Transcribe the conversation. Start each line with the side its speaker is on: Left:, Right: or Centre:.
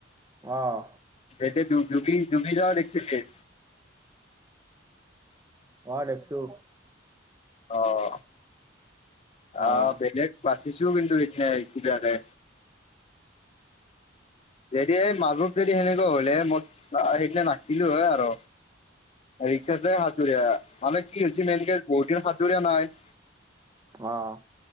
Right: অঁ
Left: সেইটাইটো। জুবি জুবি যোৱা দেখছিলি।
Right: অ দেখিছোঁ।
Left: অহ অহ
Right: অঁ
Left: বেলেগ বাছ। গেইছো কিন্তু সিদিনা কিবাকে। যদি এই মাজত যদি সেনেকুৱা হলে মই সেইদিনা নাতকিলো হয় আৰু। ৰিক্স আছে সাঁতুৰিয়া মানে কি হৈছে মেইন কেছ বহুত দিন সাঁতুৰিয়া নাই।
Right: অহ।